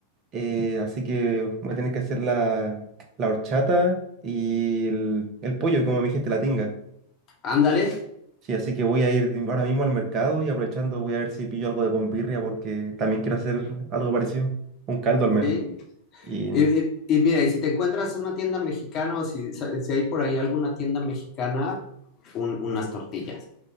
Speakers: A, on the right (about 35°); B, on the left (about 35°).
A: eh, así que voy a tener que hacer la, la horchata y el, el pollo, como me dijiste, la tinga.
B: Ándale,
A: Sí, así que voy a ir ahora mismo al mercado y aprovechando voy a ver si pillo algo de convirria porque también quiero hacer algo parecido, un caldo al menos.
B: sí.
A: Y
B: Y, y- y mira, y si te encuentras una tienda mexicana o si, sa- si hay por ahí alguna tienda mexicana, un- unas tortillas.